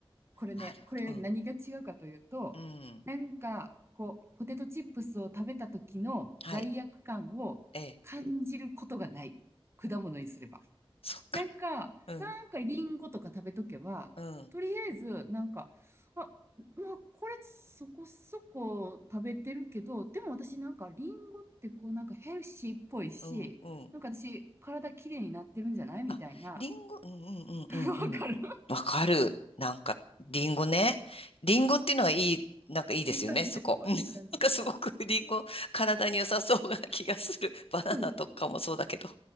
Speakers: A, on the right (about 25°); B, on the left (about 75°).
A: これね、
B: あ、なるほど。
A: これ何が違うかというと、
B: うん。うん。
A: なんか、こう、ポテトチップスを食べた時の罪悪感を感じることがない。
B: はい。ええ。
A: 果物にすれば。
B: そっか。
A: なんか、
B: うん。
A: なんかリンゴとか食べとけば、
B: うん。
A: とりあえず、なんか、あ、まあ、これそこそこ食べてるけど、でも私なんかリンゴってこうなんかヘルシーっぽいし、
B: うん。うん。
A: なんか私体きれいになってるんじゃないみたいな。
B: あ、リンゴ、うんうんうんうんうん。
A: <laughs> わかる
B: わかる。なんか、リンゴね。リンゴっていうのはいい、なんかいいですよね、
A: いい感じでしょいい感じでしょ
B: そこ。<laughs> うんなんかすごくリンゴ、体に良さそうな気がする。<laughs> バナナとかもそうだけど。
A: そうでしょ